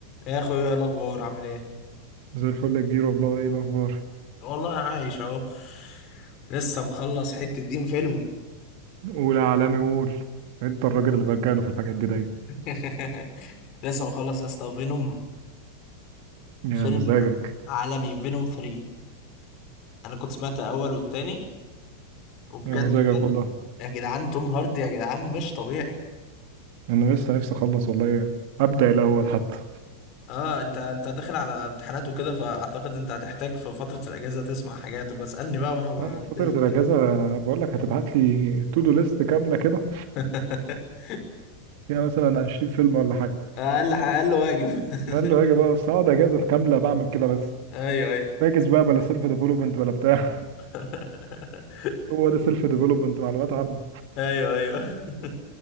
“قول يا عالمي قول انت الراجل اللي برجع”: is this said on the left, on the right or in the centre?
Right